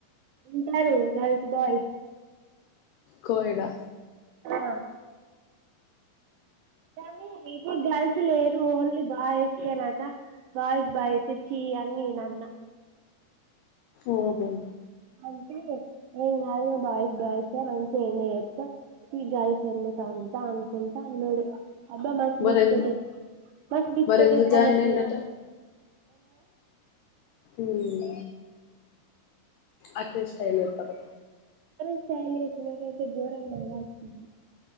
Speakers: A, on the right (about 80°); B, on the left (about 85°).
A: ఉంటారు హెల్త్ బాయ్
B: కోయీడా
A: ఆ టామి ఇట్ గర్ల్స్ లేరు ఓన్లీ బాయ్స్ కెనట బాయ్స్ బాయ్స్ చీ అని నే అన్నా
B: ఉహు
A: అంటే ఏం గాదు బాయ్స్ బాయ్స్ మంచిగా ఎంజాయ్ చేస్తా ఈ గల్ ఫ్రెండ్ ఎందుకు అంతా అన్కుంటా అన్నాడు అబ్బా మంచి
B: మరెం
A: బిస్కెట్ మస్త్ బిస్కెట్
B: మరెందుకు
A: ఇస్తునవ్
B: జాయిన్ అయిండట
A: తీ
B: ఉమ్ అటనే స్టల్ చేస్తారు
A: అర్ స్ స్టై ల్ ఇన్ దకైతే గోరం గద రా చిన్ <unintelligible>